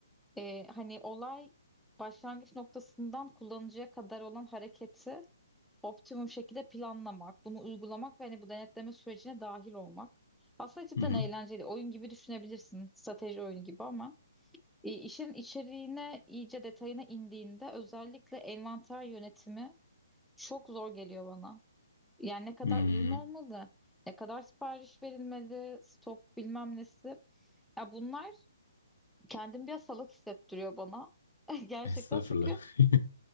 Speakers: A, in the centre; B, on the left.
A: e, hani olay başlangıç noktasından kullanıcıya kadar olan hareketi optimum şekilde planlamak, bunu uygulamak ve hani bu denetleme sürecine dahil olmak. Aslında cidden
B: Hı hı.
A: eğlenceli. Oyun gibi düşünebilirsin. Strateji oyunu gibi ama e, işin içeriğine, iyice detayına indiğinde özellikle envanter yönetimi çok zor geliyor bana. Yani ne kadar
B: Hı.
A: ürün olmalı, ne kadar sipariş verilmeli, stok bilmem nesi. Ya bunlar kendimi biraz salak hissettiriyor bana. <laughs> Gerçekten
B: Estağfurullah.
A: çünkü
B: <laughs>